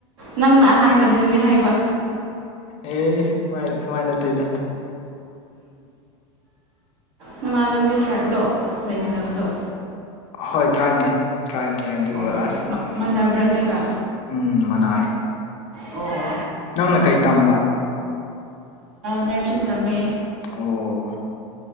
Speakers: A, on the right (about 70°); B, on the left (about 45°).
A: ꯅꯪꯅ ꯑꯍꯥꯟꯕꯗꯅꯦ ꯍꯥꯏꯕ
B: ꯑꯦ ꯁꯨꯃꯥꯏ ꯁꯨꯃꯥꯏꯅꯠꯇꯗ
A: ꯅꯃꯥꯟꯅꯕꯒꯤ ꯇ꯭ꯔꯥꯏꯕꯂꯣ ꯂꯩꯃꯤꯟꯅꯕꯗꯣ
B: ꯍꯣꯏ ꯇ꯭ꯔꯥꯝꯅꯦ ꯇ꯭ꯔꯥꯝꯅꯦ ꯑꯗꯨꯒ
A: ꯑꯣ
B: ꯑꯁ
A: ꯃꯥꯟꯅꯕ꯭ꯔꯥ ꯅꯣꯏꯒ
B: ꯎꯝ ꯃꯅꯥꯑ
A: ꯑꯣ
B: ꯅꯪꯅ ꯀꯩ ꯇꯝꯕ
A: ꯅꯔꯁꯤꯡ ꯇꯝꯃꯦ
B: ꯑꯣ